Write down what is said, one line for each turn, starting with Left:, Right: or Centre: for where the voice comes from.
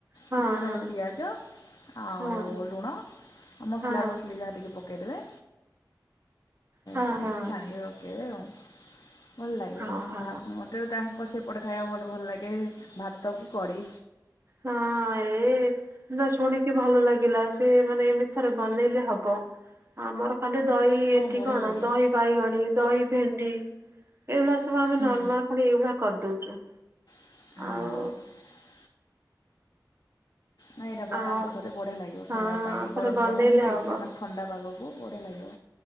Right: ହଁ
Left: ସେଥିରେ ଖାଲି
Right: ହଁ
Left: ପିଆଜ ଆଉ
Right: ହଁ
Left: ଲୁଣ ମସଲା
Right: ହଁ
Left: ମସଲି ଯାହା ଟି ପ ଦେଇଦେବେ।
Right: ହଁ
Left: ପକେଇକି
Right: ହଁ
Left: ଛାଣିକି ରକେଇବେ ଆଉ ଭଲ ଲାଗେ
Right: ହଁ
Left: ବହୁତ
Right: ହଁ।
Left: ଭାତ ମତେ ତାଙ୍କ ସେ କପଟ ଖାଇବା ବହୁଟ ଭଲ ଲାଗେ ଭାତକୁ କଢି।
Right: ହଁ ଏଇ ନା ଶୁଣିକି ଭଲ ଲାଗିଲା ସେ ମାନେ ଏମିତି ଥରେ ବନେଇଲେ ହବ ଆମର ତାହଲେ ଦହି
Left: ହଁ
Right: ଏଠି
Left: ବଢ଼ିଆ
Right: କଣ
Left: ଲାଗିବ
Right: ଦହି ବାଇଗଣୀ ଦହି ଭେଣ୍ଡି ଏଇ ମାସ ପା ଆମେ
Left: ହୁଁ
Right: ନର୍ମାଲ ଖାଲି ଏଇଭଳିଆ କରିଦଉଛୁ।
Left: ହଁ।
Right: ଆଉ
Left: ନାଇଁ ଏଇଟା ବନାନ୍ତୁ
Right: ଆ
Left: ଥରେ ବଢିଆ ଲାଗିବ
Right: ହଁ
Left: ଖାଇବା ପାଇଁ
Right: ଥରେ
Left: ଗରମ
Right: ବନେଇଲେ
Left: ଗରମ <unintelligible>
Right: ହବ
Left: ମା ଥଣ୍ଡା ପାଗକୁ ବଢ଼ିଆ ଲାଗିବ